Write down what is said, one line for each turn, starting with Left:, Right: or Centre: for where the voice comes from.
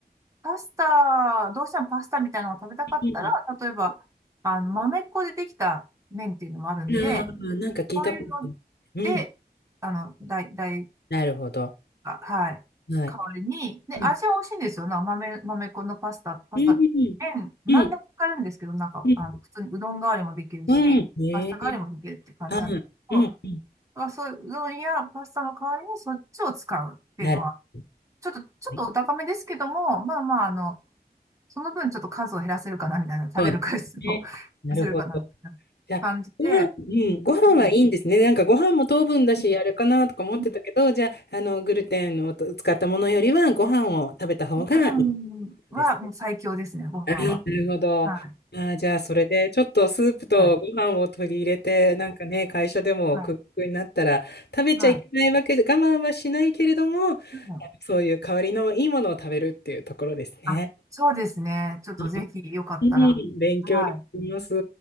Right: パスタ、どうしてもパスタみたいなのを食べたかったら、
Left: うん。うん
Right: 例えば、あの、豆粉でできた麺っていうのもあるんで、
Left: うん、なんか聞いたことある。
Right: そういうの
Left: うん。
Right: で、あの、代、代
Left: なるほど。
Right: あ、はい。
Left: はい。
Right: 代わりに、で、
Left: うん。
Right: 味は美味しいんですよ。な、豆、豆粉のパスタ、パスタ、
Left: うん。
Right: 麺、何でも使えるんですけど、
Left: うん。
Right: なんか、
Left: うん。
Right: あの、普通にうどん代わりもできるし、
Left: うんねえ。
Right: パスタ代わりもできるって感じなんですけど、
Left: はい。うん。うん。
Right: だからそういううどんやパスタの代わりにそっちを使うっていうのは、
Left: なるほ
Right: ちょっと、ちょっとお高めですけども、
Left: ど。
Right: まあまあ、あの、その分ちょっと数を減らせるかな、みたいな、食べる回数を
Left: そうですね。
Right: <laughs> 減らせるかな、
Left: なるほど。
Right: みたいな感じで、
Left: じゃあ、ご飯、うん、ご飯はいいんですね。
Right: うん、
Left: なんかご飯も糖分だし、
Right: うん
Left: あれかなとか思ってたけど、
Right: うん
Left: じゃあ、あの、グルテンを使ったものよりは、ご飯を食べた方がいい
Right: ご飯はもう最強ですね、
Left: ですね。
Right: ご飯は。
Left: なるほど。
Right: はい。
Left: ああ、じゃあ、それで、ちょっとスープとご飯を取り入れて、
Right: はい。
Left: なんかね、会社でもクックになったら、
Right: はい。
Left: 食べちゃいけないわけで、
Right: はい。
Left: 我慢はしないけれども、あの
Right: うん
Left: そういう代わりのいいものを食べるっていうところですね。
Right: あ、そうですね。ちょっとぜひよかったら。
Left: うん、勉強になります。
Right: はい。